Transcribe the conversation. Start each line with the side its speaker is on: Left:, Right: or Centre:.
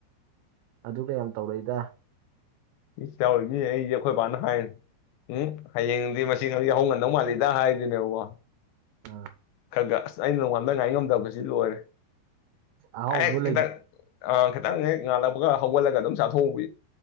Right: ꯑꯗꯨ ꯀꯌꯥꯝ ꯇꯧꯔꯛꯏꯗ
Left: ꯏ ꯆꯥꯎꯔꯤꯁ ꯑꯩꯁꯦ ꯑꯩꯈꯣꯏꯕꯥꯅ ꯍꯥꯏ ꯎꯝ ꯍꯌꯦꯡꯗꯤ ꯁꯤ ꯍꯧꯖꯤꯛ ꯌꯥꯍꯧꯉꯟꯗꯧ ꯃꯥꯜꯂꯤꯗ ꯍꯥꯏꯗꯣꯏꯅꯦꯕꯀꯣ
Right: ꯎꯝ
Left: ꯈꯔ ꯈ ꯑꯁ ꯑꯩꯅ ꯅꯣꯡꯉꯥꯗ ꯉꯥꯏ ꯉꯝꯗꯕꯁꯤ ꯂꯣꯏꯔꯦ
Right: ꯑꯍꯥꯎꯕꯗꯣ
Left: ꯑꯦ
Right: ꯂꯩꯒꯤ
Left: ꯈꯤꯇꯪ ꯑ ꯈꯤꯇꯪ ꯍꯦꯛ ꯉꯥꯜꯂꯛꯄꯒ ꯍꯧꯒꯠꯂꯒ ꯑꯗꯨꯝ ꯆꯥꯊꯣꯛꯎꯕꯤ